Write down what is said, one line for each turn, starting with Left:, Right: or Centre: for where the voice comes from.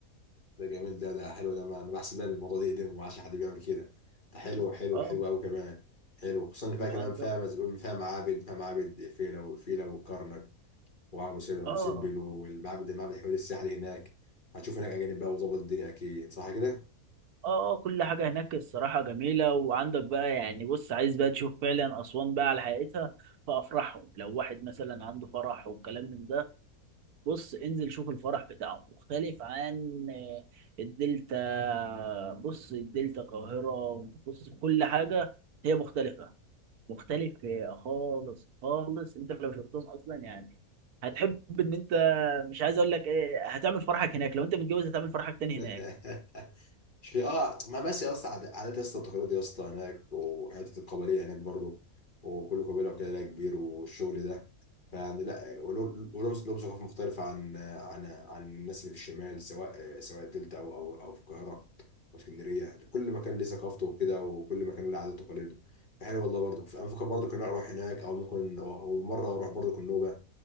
Left: ده جميل ده ده حلو ده ما أنا بحسب بقى الموضوع ده يقدم وما عادش حد بيعمل كده ده حلو حلو
Right: اه
Left: حلو أوي كمان حلو خصوصا اللي فيها
Right: وعندهم
Left: كمان فيها مز- فيها معابد فيها معابد فيلة وفيلة وكرنك وابو سمبل ابو
Right: اه
Left: سمبل والمعبد المعبد الحيواني السحلي هناك هتشوف هناك اجانب بقى وظبط الدنيا اكيد صح كده
Right: اه آه، كل حاجه هناك الصراحه جميله وعندك بقى يعني بص عايز بقى تشوف فعلا اسوان بقى على حقيقتها فافرحهم لو واحد مثلا عنده فرح وكلام من ده بص انزل شوف الفرح بتاعهم مختلف عن آه، الدلتا بص الدلتا القاهرة بص كل حاجة هي مختلفة مختلف خالص خالص انت لو شفتهم اصلا يعني هتحب ان انت مش عايز اقول لك ايه هتعمل فرحك هناك لو انت متجوز هتعمل فرحك تاني هناك
Left: <laughs> مش ليه اه ما بس يا اسطى عاد- عادات يا اسطى التقاليد يا اسطى هناك وحته القبليه هناك برضو وكل قبيله وكده لها كبير والشغل ده فيعني لا ولهم ولهم- لهم ثقافه مختلفه عن عن عن الناس اللي في الشمال سواء سواء الدلتا او او او في القاهره او اسكندريه كل مكان ليه ثقافته وكده وكل مكان له عاداته وتقاليده فحلو والله برضو انا بفكر برضو كنا اروح هناك او ممكن او مره اروح برضو النوبه